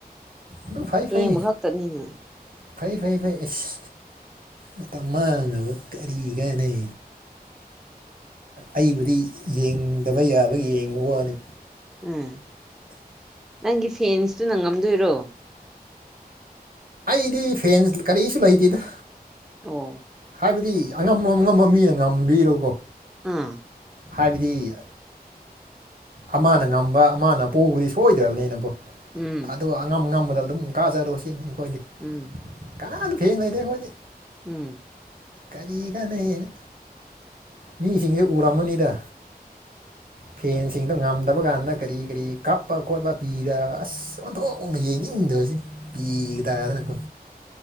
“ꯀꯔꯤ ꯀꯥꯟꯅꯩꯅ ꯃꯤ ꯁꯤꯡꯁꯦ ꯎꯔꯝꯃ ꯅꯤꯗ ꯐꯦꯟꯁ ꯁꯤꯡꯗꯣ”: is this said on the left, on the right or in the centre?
Right